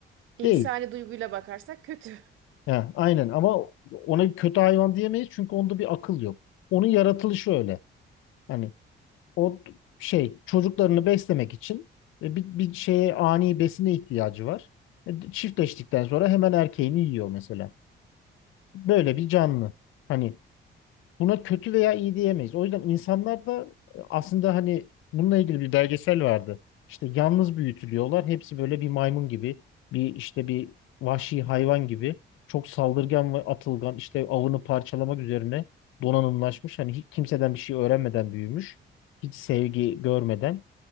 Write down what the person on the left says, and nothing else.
Değil.
Ha, aynen ama ona kötü hayvan diyemeyiz çünkü onda bir akıl yok. Onun yaratılışı öyle. Hani o şey çocuklarını beslemek için e, bir, bir şeye ani besine ihtiyacı var. E, Çiftleştikten sonra hemen erkeğini yiyor mesela. Böyle bir canlı. Hani buna kötü veya iyi diyemeyiz. O yüzden insanlar da e, aslında hani bununla ilgili bir belgesel vardı. İşte yalnız büyütülüyorlar. Hepsi böyle bir maymun gibi, bir işte bir vahşi hayvan gibi. Çok saldırgan ve atılgan, işte avını parçalamak üzerine donanımlaşmış. Hani hiç kimseden bir şey öğrenmeden büyümüş. Hiç sevgi görmeden.